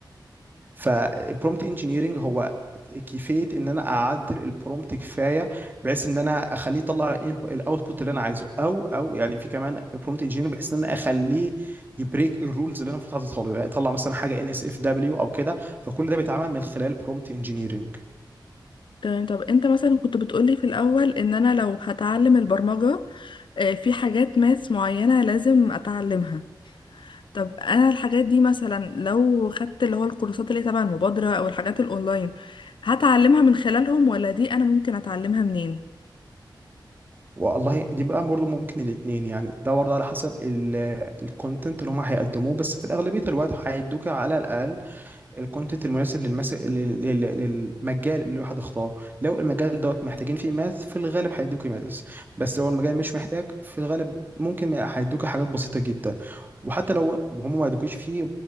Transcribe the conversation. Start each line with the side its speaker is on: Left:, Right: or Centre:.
Right: فالبرومت انجينيرنج هو كيفيه ان انا اعدل البرومت كفايه بحيث ان انا اخليه يطلع الاوتبوت اللي انا عايزه او او يعني في كمان برومت انجينيرنج بحيث ان انا اخليه يبريك الرولز اللي انا المفروض حاططها له يعني يطلع مثلا حاجه ان اس اف دبليو او كده فكل ده بيتعمل من خلال برومت انجينيرنج
Left: تمام طب انت مثلا كنت بتقولي في الأول ان انا لو هتعلم البرمجة آه، في حاجات ماس معينة لازم اتعلمها طب انا الحاجات دي مثلا لو خدت اللي هو الكورسات اللي تبع المبادرة او الحاجات الاونلاين هتعلمها من خلالهم ولا دي انا ممكن اتعلمها منين؟
Right: والله دي بقى برضه ممكن الاثنين يعني ده برضه على حسب الكونتنت اللي هم هيقدموه بس في الاغلبيه الوقت هيدوك على الاقل الكونتنت المناسب للمس... لل- لل- للمجال اللي الواحد اختاره لو المجال دوت محتاجين فيه ماث في الغالب هيدوك ماث بس لو المجال مش محتاج في الغالب ممكن هيدوك حاجات بسيطة جدا وحتى لو هم ما يدوكيش فيه